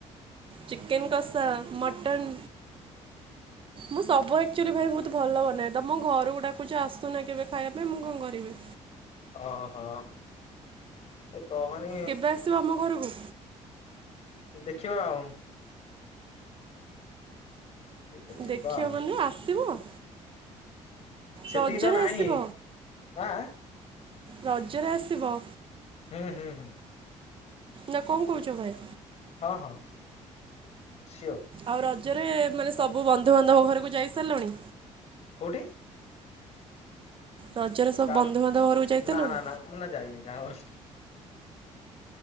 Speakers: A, on the right; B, on the left.
A: ଚିକେନ କଷା, ମଟନ ମୁଁ ସବୁ ଆକଚୁଲି ଭାଇ ବହୁ ବହୁତ ଭଲ ବନାଏ ତମ ଘରକୁ ଡାକୁଛି ଆସୁନା କେବେ ଖାଇବା ପାଇଁ, ମୁଁ କଣ କରିବି?
B: ହଁ ହଁ। କହନି
A: କେବେ ଆସିବ ଆମ ଘରକୁ
B: ଦେ ଦେଖିବା ଆଉ। କେବେ ଯିବା
A: ଦେଖିବମାନେ
B: ଆଉ।
A: ଆସିବ।
B: ସେତିକି
A: ରଜରେ
B: ତ ନାହିଁ,
A: ଆସିବ
B: ଆଁ ଆଁ।
A: ରଜରେ ଆସିବ।
B: ହୁଁ ହୁଁ ହୁଁ।
A: ନା କଣ କହୁଛ ଭାଇ?
B: ହଁ ହଁ ସିଓର।
A: ଆଉ ରଜରେ ମାନେ ସବୁ ବନ୍ଧୁବାନ୍ଧବ ଘରକୁ ଯାଇ ସାରିଲୁଣି।
B: କଉଠି?
A: ରଜରେ ସବୁ
B: କା
A: ବନ୍ଧୁବାନ୍ଧବ ଘରକୁ ଯାଇ ସାରିଲଣି
B: ନା ନା ନା ମୁନା ଯାଇନି କାହା ଘରକୁ